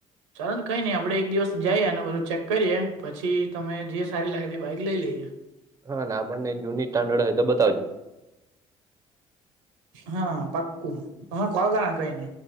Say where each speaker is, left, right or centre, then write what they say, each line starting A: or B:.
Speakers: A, on the right; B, on the right.
A: ચાલો ને કઈ નઈ આપડે એક દિવસ જઈએ અનેને બધું ચેક કરીએ પછી તમે જે સારી લાગે તે બાઈક લઈ લઈએ
B: હા ને આપણને જૂની સ્ટન્ડર્ડ હોય તો બતાવજો
A: હા પાક્કુ તમેને કોલ કર કહીને